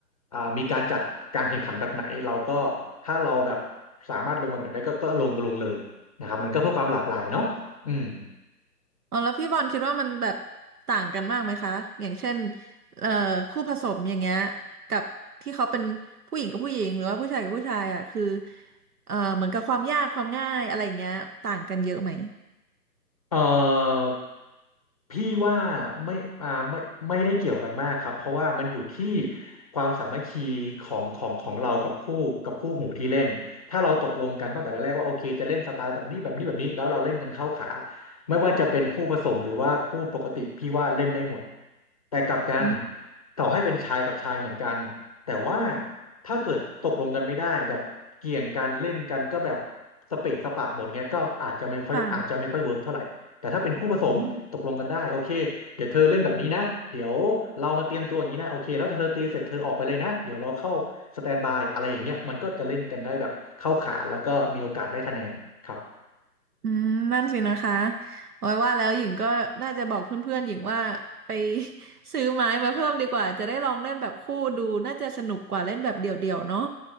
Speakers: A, on the left (about 20°); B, on the right (about 65°).
A: อ่ามีการจัดการแข่งขันแบบไหนเราก็ถ้าเราแบบสามารถลงแบบไหนได้ก็ก็ลงลงเลยนะครับมันก็เพื่อความหลากหลายเนาะอืม
B: อ๋อแล้วพี่บอลคิดว่ามันแบบต่างกันมากไหมคะอย่างเช่นเอ่อคู่ผสมอย่างเงี้ยกับที่เขาเป็นผู้หญิงกับผู้หญิงหรือว่าผู้ชายกับผู้ชายอ่ะคือเอ่อเหมือนกับความยากความง่ายอะไรอย่างเงี้ยต่างกันเยอะไหม
A: เอ่อพี่ว่าไม่อ่าไม่ไม่ได้เกี่ยวกันมากครับเพราะว่ามันอยู่ที่ความสามัคคีของของของเรากับคู่กับคู่หูที่เล่นถ้าเราตกลงกันตั้งแต่แรกๆว่าโอเคจะเล่นสไตล์แบบนี้แบบนี้แบบนี้แล้วเราเล่นกันเข้าขาไม่ว่าจะเป็นคู่ผสมหรือว่าคู่ปกติพี่ว่าเล่นได้หมดแต่กลับกัน
B: อืม
A: ต่อให้เป็นชายกับชายเหมือนกันแต่ว่าถ้าเกิดตกลงกันไม่ได้แบบเกี่ยงกันเล่นกันก็แบบสเปะสปะหมดเงี้ยก็อาจจะไม่ค่อยอาจจะไม่ค่อยเวิร์กเท่าไหร่
B: ค่ะ
A: แต่ถ้าเป็นคู่ผสมตกลงกันได้โอเคเดี๋ยวเธอเล่นแบบนี้นะเดี๋ยวเรามาเตรียมตัวอย่างนี้นะโอเคแล้วถ้าเธอตีเสร็จเธอออกไปเลยนะเดี๋ยวเราเข้าสแตนบายอะไรอย่างเงี้ยมันก็จะเล่นกันได้แบบเข้าขาแล้วก็มีโอกาสได้คะแนนครับ
B: อืมนั่นสินะคะโอ้ยว่าแล้วหญิงก็น่าจะบอกเพื่อนๆหญิงว่าไป <laughs> ซื้อไม้มาเพิ่มดีกว่าจะได้ลองเล่นแบบคู่ดูน่าจะสนุกกว่าเล่นแบบเดี่ยวๆเนาะ